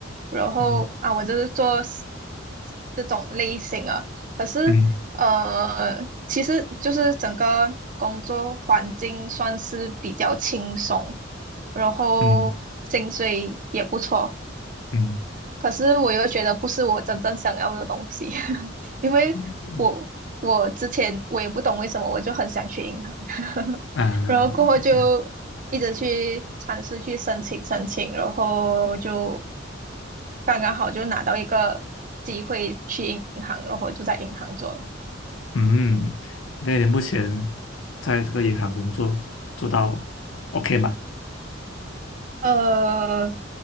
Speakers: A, on the right; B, on the left.
A: 然后啊，
B: 嗯
A: 我就是做 s- 这种类型啊。可是呃，
B: 嗯
A: 其实就是整个工作环境算是比较轻松，然后薪水也不错。
B: 嗯嗯
A: 可是我又觉得不是我真正想要的东西，<laughs> 因为我我之前我也不懂为什么我就很想去银行，
B: 嗯
A: <laughs>
B: 啊，OK，
A: 然后过后就一直去尝试去申请申请，然后就刚刚好就拿到一个机会去银行，然后就在银行做了。
B: 嗯，那你目前在这个银行工作做到 OK 吗？
A: 呃，